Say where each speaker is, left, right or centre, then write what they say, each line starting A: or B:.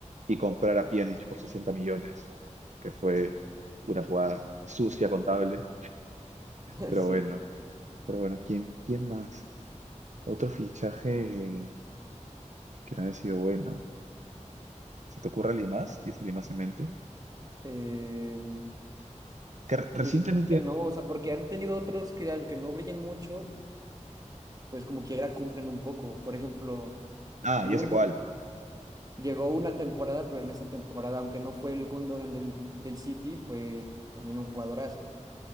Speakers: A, on the right; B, on the right.
A: y comprar a Pjanic por 60 millones, que fue una jugada sucia, contable.
B: <laughs>
A: Pero
B: sí.
A: bueno, pero bueno, ¿quién, quién más? Otro fichaje que no haya sido bueno. ¿Se te ocurre alguien más? ¿Tienes alguien más en mente?
B: Em,
A: Que re-
B: pues
A: recientemente.
B: yo creo que no, o sea, porque han tenido otros que aunque no brillen mucho, pues como quiera cumplen un poco. Por ejemplo,
A: Ah,
B: Gundogan
A: ya sé cuál.
B: llegó una temporada, pero en esa temporada, aunque no fue el Gundogan del, del City, fue también un jugadorazo.